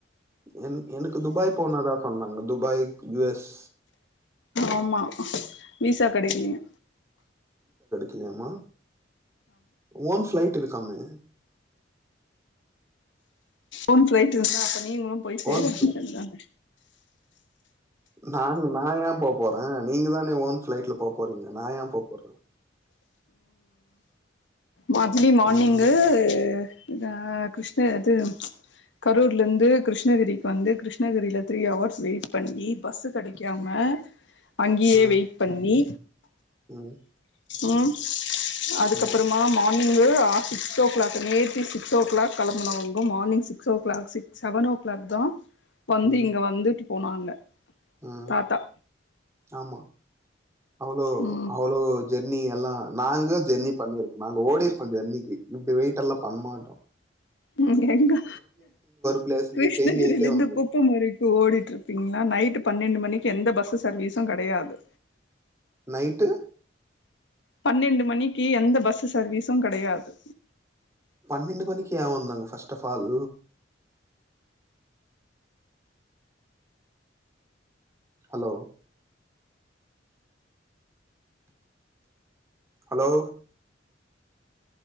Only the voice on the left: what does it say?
ஆமா வீசா கெடைக்கலயா
ஓன் ஃபிளைட் இருந்தா அப்ப நீங்களு போய் சேர
வேண்டியதுதானே
மட்லி மார்னிங்கு
இதா கிருஷ்ண அது கரூர்லந்து கிருஷ்ணகிரிக்கு வந்து கிருஷ்ணகிரில த்ரீ ஹவர்ஸ் வெயிட் பண்ணி பஸ் கெடைக்காம அங்கேயே
வெயிட் பண்ணி
ம் அதுக்கப்பறம்
மார்னிங்கு ஆ சிக்ஸ் ஓ கிளாக்கு நேத்தி சிக்ஸ் ஓ கிளாக் கெளம்புனவுங்கோ morning six o'clock six செவனோ கிளாக்தா வந்து
இங்க வந்துட்டு போனாங்க
தாத்தா
ம்
ம் எங்க
கிருஷ்ணகிரில
இருந்து
குப்ப முறைக்கு ஓடிட்ருப்பீங்களா நைட்டு் பன்னெண்டு மணிக்கு எந்த பஸ் சர்வீசு கெடையாது
பன்னெண்டு மணிக்கு எந்த பஸ்சு சர்வீசு கெடையாது